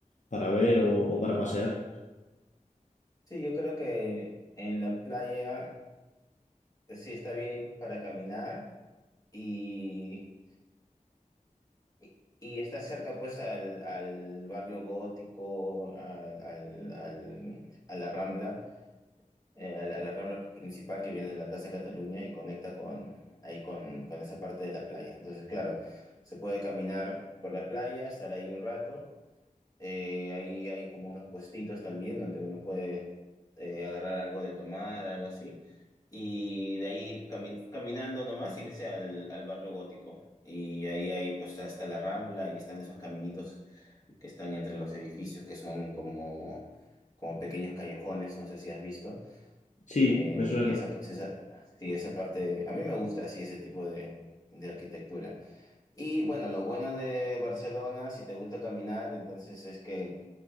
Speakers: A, on the left; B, on the left.
A: para ver o, o para pasear.
B: sí, yo creo que en la playa. sí está bien para caminar y, y, y está cerca pues al, al barrio gótico, al, al, al- a la Rambla, eh, a la, a la Rambla principal que viene de la Plaza Cataluña y conecta con, ahí con, con esa parte de la playa. Entonces, claro, se puede caminar por la playa, estar ahí un rato eh, ahí hay como unos puestitos también donde uno puede eh, agarrar algo de tomar, algo así. Y de ahí ir cami- caminando nomás, irse al, al barrio gótico. Y ahí hay, pues está, está la Rambla y están esos caminitos que están entre los edificios que son como, como pequeños callejones, no sé si has visto.
A: Sí,
B: Eh,
A: me suena.
B: y esa, pues, esa, sí, esa parte, a mí me gusta así ese tipo de, de arquitectura. Y bueno, lo bueno de Barcelona, si te gusta caminar, entonces es que